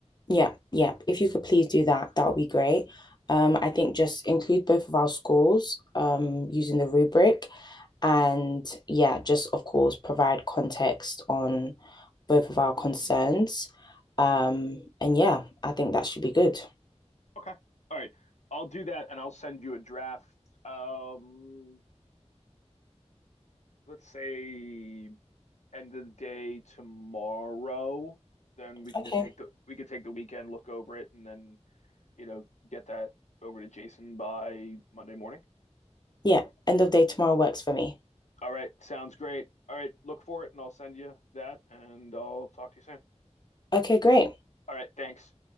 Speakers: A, on the left (about 35°); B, on the left (about 80°).
A: Yeah, yeah. If you could please do that, that would be great. Um, I think just include both of our scores um, using the rubric and yeah, just of course provide context on both of our concerns. Um, and yeah, I think that should be good.
B: Okay. All right. I'll do that and I'll send you a draft. Um, let's say end of the day tomorrow, then we can
A: Okay.
B: just take the we can take the weekend, look over it, and then you know get that over to Jason by Monday morning.
A: Yeah, end of day tomorrow works for me.
B: All right, sounds great. All right, look for it, and I'll send you that, and I'll talk to you soon.
A: Okay, great.
B: All right, thanks.